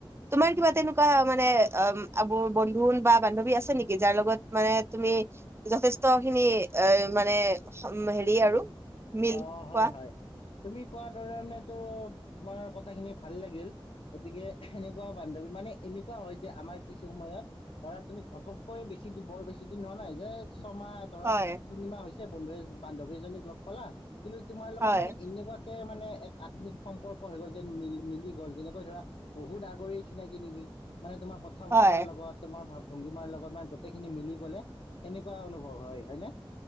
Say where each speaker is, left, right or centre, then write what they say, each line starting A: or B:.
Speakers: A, on the right (about 25°); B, on the left (about 85°).
A: তোমাৰ কিবা তেনেকুৱা মানে অ' আবুৰ, বন্ধুন বা বান্ধৱী আছে নেকি? যাৰ লগত মানে তুমি, যথেষ্ট খিনি এ মানে সম, হেৰি আৰু মিল
B: অ', হয়,
A: খোৱা
B: হয়। তুমি কোৱা ধৰণেতো তোমাৰ কথাখিনি ভাল লাগিল, গতিকে সেনেকুৱা বান্ধৱী মা মানে এনেকুৱা হয় যে আমাৰ কিছু সময়ত, ধৰা তুমি ঘপককৈ বেছি <unintelligible> বৰ বেছি দিন হোৱা নাই যে ছমাহ ধৰা
A: হয়
B: তিনিমাহ হৈছে বন্ধুএজ বান্ধৱীজনীক লগ পালা। কিন্তু তোমাৰ লগত
A: হয়
B: মানে এনেকোৱাকে মানে এক আত্মিক সম্পৰ্ক হৈ গ'ল যেন মিল-মিলি গ'ল যেনেকৈ ধৰা, বহুত আগৰি চিনাকি নেকি। মানে তোমাৰ কথা-বতৰা
A: হয়
B: লগত তোমাৰ ভাব ভংগীমাৰ লগত গোটেইখিনি মিলি গ'লে সেনেকুৱা অনুভৱ হয়, হয় নে?